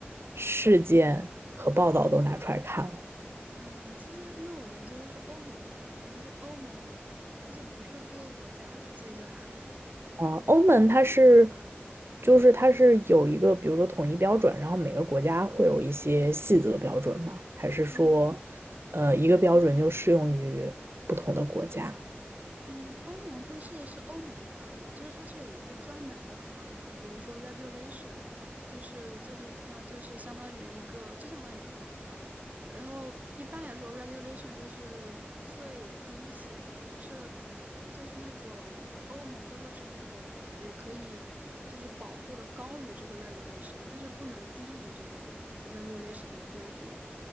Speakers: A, on the right; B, on the right.
A: 事件和报道都拿出来看了。
B: 呃，其实因为我研究的是欧盟的法律，就是欧盟，就是不是各个国家的，所以就还好。
A: 啊，欧盟它是，就是它是有一个，比如说统一标准，然后每个国家会有一些细则标准吗？还是说，
B: 嗯。
A: 呃，一个标准就适用于不同的国家？
B: 嗯，欧盟它是是欧盟法嘛，就是它是有一个专门的法的，比如说 regulation，就是就是它就是相当于一个，就相当于一个法条。然后一般来说，regulation 就是最低限，就是就是那种欧盟各个成员国的法律可以就是保护的高于这个 regulation，但是不能低于这个 regulation 的规定。